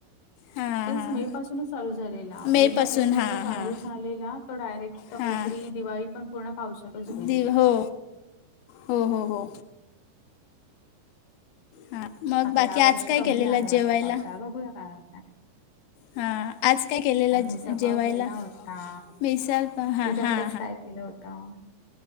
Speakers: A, on the left; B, on the left.
A: हां
B: तेच
A: हां
B: मे पासूनच चालू
A: मेपासून
B: मे च्या एंडला
A: हां
B: जो चालू
A: हां
B: झालेला तो डायरेक्ट काहीतरी
A: हां
B: दिवाळी पण पूर्ण पावसातच गे नाही
A: दिव हो हो हो हो हा मग
B: आता
A: बाकी
B: या वर्षी
A: आज काय
B: कमी
A: केलेलं
B: आहे वाटतं
A: जेवायला
B: पावसाळा बघूया काय
A: हां आज काय केलेलं
B: आज मी
A: जे-
B: सपााव
A: जेवायला
B: केला होता
A: मिसळ पा हां
B: तुझ्याकडेच
A: हां
B: काय केलं होतं